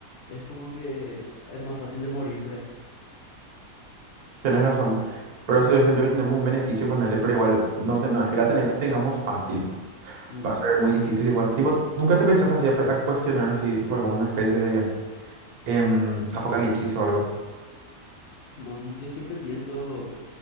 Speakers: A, on the left; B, on the right.
A: es como que es más fácil de morir por ahí.
B: Tenés razón. Por eso yo siento que tenemos un beneficio ponerle, pero igual no, te- no es que la tene- tengamos fácil.
A: Mm.
B: Va a ser muy difícil igual. Tipo, ¿nunca te pensaste así a, pe- a cuestionar si tipo alguna especie de em, apocalipsis o algo?
A: Man, Yo siempre pienso